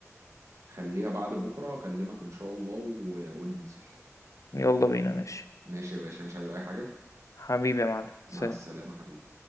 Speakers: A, on the right; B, on the left.
A: خليها بعد بكره اكلمك ان شاء الله و... وننزل
B: يالّا بينا ماشي،
A: ماشي يا باشا مش عايز اي حاجه
B: حبيبي يا معلم،
A: مع
B: سلام.
A: السلامه حبيبي